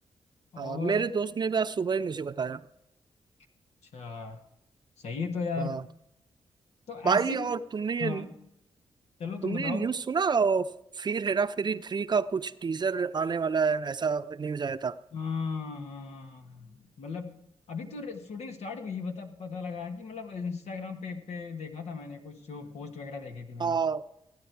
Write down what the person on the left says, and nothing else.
और
अच्छा सही है तो यार
तो
ऐसी
हाँ चलो
तुम बताओ
हाँ हाँ, मतलब अभी तो शूटिंग स्टार्ट हुई है बता पता लगा है कि मतलब इंस्टाग्राम पे पे देखा था मैंने कुछ जो पोस्ट वगैरह देखी थी मैंने